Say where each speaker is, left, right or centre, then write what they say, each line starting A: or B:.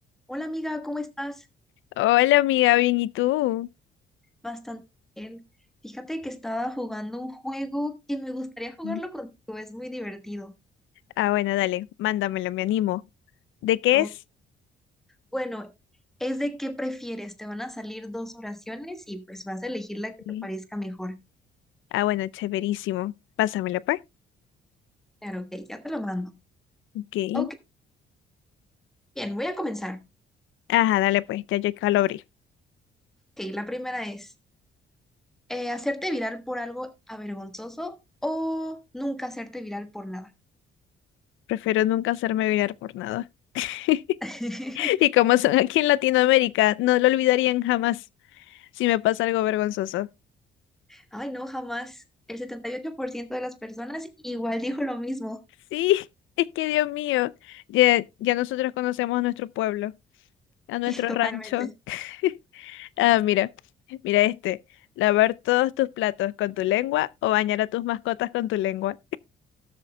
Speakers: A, in the centre; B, on the left.
A: Hola amiga, ¿cómo estás?
B: Hola amiga, bien, ¿y tú?
A: Bastante bien. Fíjate que estaba jugando un juego que me gustaría jugarlo
B: Sí,
A: contigo, es muy divertido.
B: Ah, bueno, dale, mándamelo, me animo. ¿De qué
A: O-
B: es?
A: bueno, es de qué prefieres, te van a salir dos oraciones y pues vas a elegir la que
B: sí.
A: te parezca mejor.
B: Ah, bueno, chéverísimo. Pásamelo, pues.
A: Claro, ok, ya te lo mando.
B: Ok.
A: Ok, bien, voy a comenzar.
B: Ajá, dale, pues, ya yo acá lo abrí.
A: Ok, la primera es, eh, ¿hacerte viral por algo avergonzoso o nunca hacerte viral por nada?
B: Prefiero nunca hacerme virar por nada. <laughs>
A: <laughs>
B: Y como son aquí en Latinoamérica, no lo olvidarían jamás si me pasa algo vergonzoso.
A: Ay, no, jamás. El 78% de las personas igual dijo lo mismo.
B: Sí, <laughs> es que Dios mío, ya, ya nosotros conocemos a nuestro pueblo, a nuestro
A: <laughs> Totalmente.
B: rancho. <laughs> Ah, mira, mira este. Lavar todos tus platos con tu lengua o bañar a tus mascotas con tu lengua.